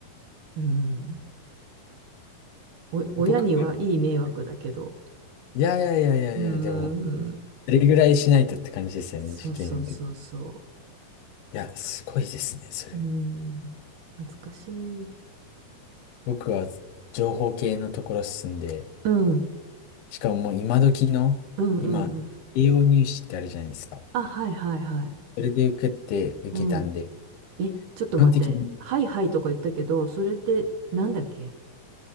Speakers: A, on the right; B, on the left.
A: うん。お、親にはいい迷惑だけど。
B: 僕からっていやいやいやいやいや、
A: うん。
B: でも、あれぐらいしないとって感じですよね、
A: そうそうそうそ
B: 受験で。いや、すごいですね、それ。
A: う。うん。懐かしい。
B: 僕は情報系のところ進んで、
A: うん、うん、
B: しかももう今時の、
A: うん、
B: 今、
A: うん。
B: 栄養入試ってあるじゃないですか。
A: あ、はい、はい、はい。
B: それで受けて、受けたんで、
A: うん。え、ちょっと待って。
B: 基本的に、
A: はい、はいとか言ったけど、それってなんだっけ